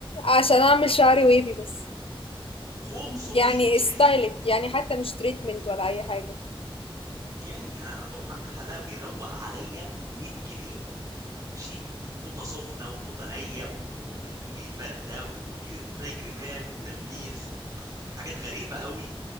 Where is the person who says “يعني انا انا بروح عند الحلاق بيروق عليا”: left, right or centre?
Right